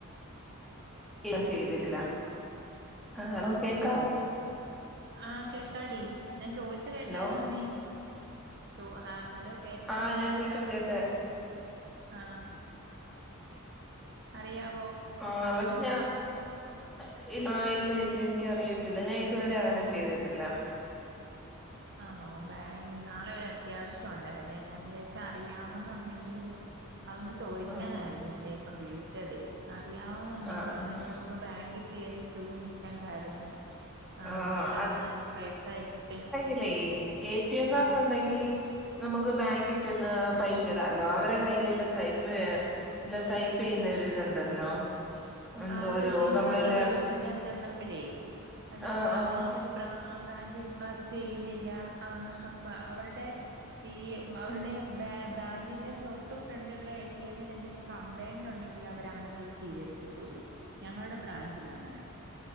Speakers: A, in the centre; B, on the right.
A: ല്ല ചെയ്തിട്ടില്ല ആ അതോ കേക്കാവോ
B: ആ കേകാടി ഞാൻ ചോയിച്ച കേട്ടായിരുന്നോ
A: ഹലോ
B: നീ ത്തോ ആ ഹലോ കേക്കാടി
A: ആഹ് ഞാൻ
B: കേക്കാം
A: കേട്ട് കേട്ട്
B: ആ അറിയാം
A: ആ പക്ഷെ ഞാൻ ആ ഇല്ല ച്ചി എനിക്കറിയ ത്തില്ല ഞാൻ ഇതുവരെ അങ്ങനെ ചെയ്തിട്ടില്ല
B: ആണോ ബാ ഇ നാളെ ഒരു അത്യാവശ്യം ഉണ്ടായിരുന്നേ ഞാൻ വിചാരിച്ച അറിയാമെന്നുണ്ടെങ്കില് അതൊന്ന് ചോദിക്കാനായിരുന്നു
A: ആഹ്
B: എന്നെ ഇപ്പം വിളിച്ചതെ ആ അറിയമെന്നുണ്ടെങ്കൽ
A: ആഹ്
B: അതെരം
A: ആഹ്
B: നമുക്ക് ബാങ്കിൽ കേയറി യൂ നിക്കണ്ടായിരുന്നു ആ
A: ആഹ്
B: പെട്ടെന്ന് പൈസ ഇട്ടിട്ട്
A: അല്ലേ എടി എം കാർഡ
B: ആ
A: ഉണ്ടെങ്കിൽ നമുക്ക് ബാങ്കിൽ ചെന്ന് പൈസ ഇടാല്ലോ അവരെടെ കയ്യിൽല്ല സൈപ്പ്ല്ല സൈപ്പ് ചെയ്യുന്നൊ ഇതുണ്ടല്ലോ എന്തോരോ
B: ആഹ് അത് പക്ഷേ ഇന്നാളില്
A: നമ്മളെല്ലാം
B: ഒരീസം ഞാൻ ചെന്നപ്പോ ഴെ അതിപ്പോ
A: ആഹ് ആഹ്
B: ആ ഒരു ബ്രാ ആ ബ്രാഞ്ചി ഇപ്പൊ അത് ചെയ്യുന്നില്ല. ആഹ് അക്വാ അവരുടെ ഈ അവരുടെ
A: ആഹ്
B: ബാ ബ ബ്രാഞ്ചിന്റെ തൊട്ടു ഫ്രണ്ടിലുള്ള എ ടി എമ്മിൽ എന്തെലും കംപ്ലയിന്റ് ഉണ്ടെങ്കിൽ അവര ങ്ങനെ അത് സ്വീകരിക്കും ക്കത്തൂള്ളൂ ഞങ്ങൾടെ ബ്രാഞ്ചിലങ്ങനെ